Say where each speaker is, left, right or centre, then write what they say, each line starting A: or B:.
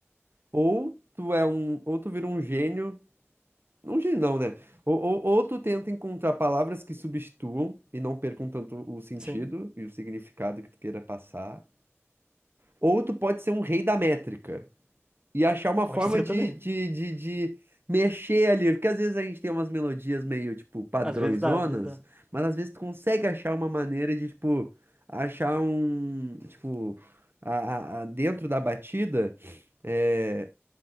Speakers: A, on the right; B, on the right.
A: Ou tu é um, ou tu vira um gênio, um gênio não, né? Ou, ou, ou tu tenta encontrar palavras que substituam e não percam tanto o sentido
B: Sim,
A: e o significado que tu queira passar. Ou tu pode ser um rei da métrica. E achar uma
B: pode
A: forma
B: ser
A: de,
B: também.
A: de, de, de mexer ali. Porque às vezes a gente tem umas melodias meio, tipo, padrõezonas,
B: Às vezes dá, às vezes dá.
A: mas às vezes tu consegue achar uma maneira de, tipo, achar um, tipo, a, a- a- dentro da batida, é,